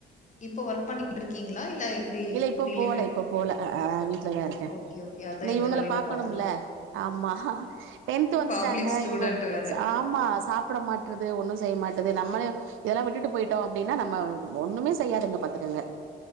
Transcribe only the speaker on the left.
இப்ப ஒர்க் பண்ணிகிட்டு இருக்கீங்களா இல்ல எப்டி
ரிலீவ்
ஆயி
ஓகே ஓகே அதா
இந்த
வேலையில
பாத்துட்டு இருக்கோம்.
பப்ளிக் ஸ்டூடெண்ட்
வேற